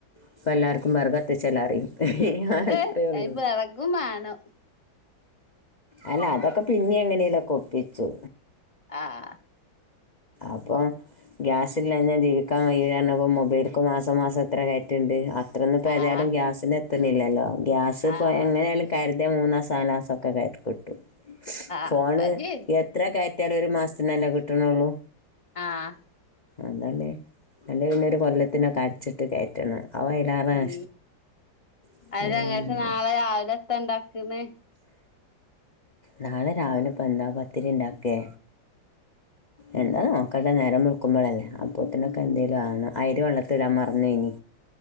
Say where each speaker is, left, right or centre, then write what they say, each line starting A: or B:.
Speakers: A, on the left; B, on the left.
A: അപ്പ എല്ലാവർക്കും വറകുത്തിച്ചില അറിയും അത്രയ
B: ഏഹ്
A: ഒള്ളു
B: അയിന് വെറകും വേണം
A: അല്ല അതൊക്കെ പിന്നെ എങ്ങനെലൊക്കെ ഒപ്പിച്ചു
B: ആഹ്
A: അപ്പൊ ഗ്യാസ് ഇല്ല ഞാൻ ജീവിക്കാൻ വയ്യാഞ്ഞപ്പം മൊബൈൽക്ക മാസം മാസം എത്ര ണ്ട് അത്രന്ന് ഇപ്പോതാലും
B: ആഹ്
A: ഗ്യാസിന് എത്തുന്നില്ലല്ലോ ഗ്യാസ് ഇപ്പോ
B: ആഹ്
A: എങ്ങനൊലും കരുതി മൂന്നാസാലാസ ഒക്കെ കത്ത് കൊട്ടു
B: ആഹ്
A: ഫോൺ
B: അത് ശരി
A: ഇത്ര കയറ്റിയാല ഒരു മാസത്തിനന്നല്ലേ കിട്ടുന്നുള്ളൂ
B: ആഹ്
A: അതല്ലേ അല്ല പിന്നെ ഒരു കൊല്ലത്തിനൊക്കെ അരച്ചിട്ട് കയറ്റണം അവ അതിലാറാണ്
B: ഉം
A: ഇഷ്ടമാണ്
B: അങ്ങത്തെ നാളെ രാവിലെ എത്ത ഉണ്ടാക്കന്ന്
A: നാളെ രാവിലെ ഇ പ എന്ത പത്തിരിണ്ടാക്കേ എന്താ മക്കളുടെ നേരം നോക്കുമ്പോളല്ലേ അപ്പത്തിനൊക്കെ എന്തേലും ആണ് ആയിര് വെള്ളത്തിടാൻ മറഞ്ഞ ഇനി